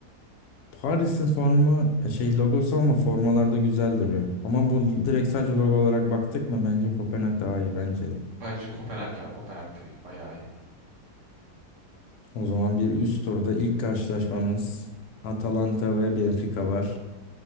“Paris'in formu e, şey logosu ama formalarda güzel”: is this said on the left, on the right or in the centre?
Left